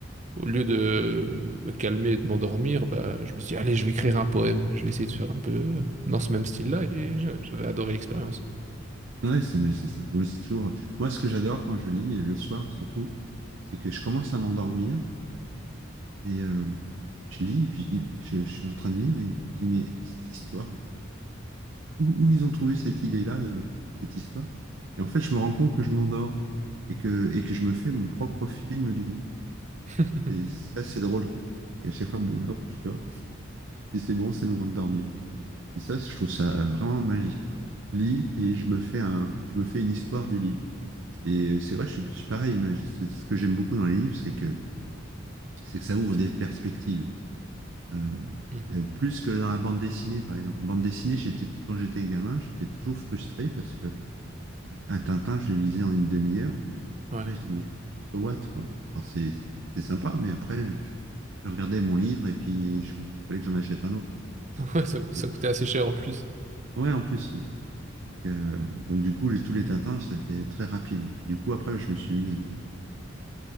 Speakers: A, on the right; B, on the right.
A: au lieu de me calmer et de m'endormir, bah, je me suis dit, allez, je vais écrire un poème. Je vais essayer de faire un peu euh, dans ce même style-là et j'a- j'avais adoré l'expérience.
B: Ouais, c'est mais c'est ça. Moi, c'est toujours... Moi, ce que j'adore quand je lis, et le soir surtout, c'est que je commence à m'endormir et euh, je lis, et puis je dis, je, je suis en train de lire et je dis, mais cette histoire, où, où ils ont trouvé cette idée-là, euh, cette histoire? Et en fait, je me rends compte que je m'endors et que, et que je me fais mon propre film du livre.
A: <laughs>
B: C'est ça, c'est drôle, quoi. Et à chaque fois, bon, hop, je dors. Je dis, c'est bon, c'est le moment de dormir. Et ça, je trouve ça vraiment magique, quoi. Je lis et je me fais un, je me fais une histoire du livre. Et c'est vrai, je suis je suis pareil. mais je- c'est Ce que j'aime beaucoup dans les livres, c'est que, c'est que ça ouvre des perspectives. Euh,
A: Mhm.
B: euh, plus que dans la bande dessinée, par exemple. La bande dessinée, j'étais, quand j'étais gamin, j'étais toujours frustré parce que un Tintin, je le lisais en une demi-heure.
A: Ouais,
B: Après, je dis, mais so what, quoi. Alors, c'est, c'était sympa, mais après, je, je regardais mon livre et puis je, fallait que j'en achète un autre, quoi.
A: <laughs> Ouais,
B: Donc,
A: ça,
B: c'était-
A: cou- ça coûtait assez cher en plus.
B: ouais, en plus, ouais. Donc, euh, donc, du coup, les- tous les Tintins, ça a été très rapide. Et puis, du coup, après, je me suis mis à lire, à lire